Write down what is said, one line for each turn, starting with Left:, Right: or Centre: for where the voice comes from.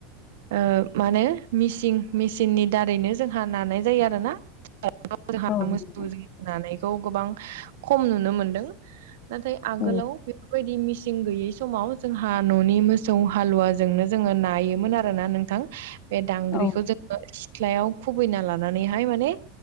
Right: ओ माने मिसिन मिसिननि दारैनो जोंहा नानाय जायो आरो ना जोंहा
Left: औ
Right: मोसौ
Left: नोंथां
Right: दानायखौ <unintelligible> गोबां खम नुनो मोनदों नाथाय आगोलाव
Left: औ
Right: बेफोरबायदि मिसिन गैयै समाव जोंहा न'नि मोसौ हालुवाजोंनो जोङो नायोमोन आरो ना नोंथां बे दांग्रिखौ
Left: औ
Right: जोङो <unintelligible> सिथ्लायाव खुबैना लानानैहाय माने